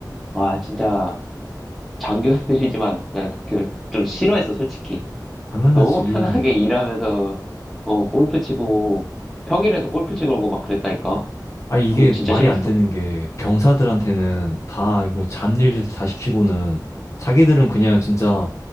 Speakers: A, in the centre; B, on the left (about 45°).
A: 와, 진짜 장교들이지만, <laughs> 나 그, 좀 싫어했어, 솔직히.
B: 당연하지.
A: 너무 편하게 일하면서, 어, 골프 치고, 평일에도 골프 치고 그러고 막 그랬다니까?
B: 아니, 이게
A: 그거 진짜
B: 그 말이
A: 싫었어.
B: 안 되는 게 병사들한테는 다 이거 잡일들 다 시키고는 자기들은 그냥 진짜